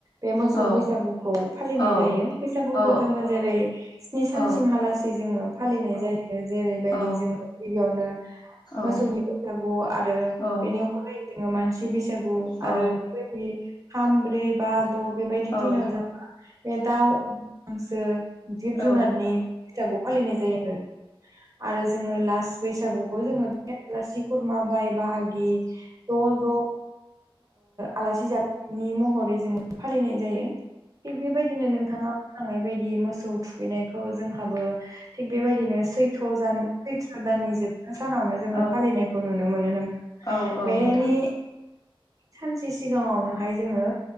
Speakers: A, on the right; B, on the left.
A: बे मोसौ
B: औ
A: बैसागुखौ फालि
B: औ
A: नाय जायो । बैसागुखौ
B: औ
A: जोङो जेरै- स्नि सानसिमहालिसै
B: औ
A: जोङो फालिनाय जायो जे
B: औ
A: रै गिबियावनो
B: औ
A: मोसौनि बैसागु आरो
B: औ
A: बेनि अखानायै जोङो मानसि बैसागु
B: औ
A: आरो बेबायदि थाम ब्रै बा द' बेबायदि
B: औ
A: दिनाव जोंङो बे दाउ-हांसो जिब-जुनारनि
B: औ
A: बैसागु फालिनाय जायो आरो। आरो जोङो लास बैसागुखौ जोङो बे आलासि-खुरमा, बाय-बाहा गि ज'-ज' ओ आलासि जानाय नि महरै जोङो फालिनाय जायो। थिग बेबायदिनो नोंथाङा बुंलांनाय बायदि मोसौ थुखैनायखौ जोंहाबो थिग बेबायदिनो सैथ'' जान सैथ्र दाननि जोबथा सानावनो जोङो
B: औ
A: फालिनायखौ नुनो मोनो नोंथां।
B: औ औ
A: बेनि
B: नोंथां
A: सानसे सिगाङावनोहाय जोङो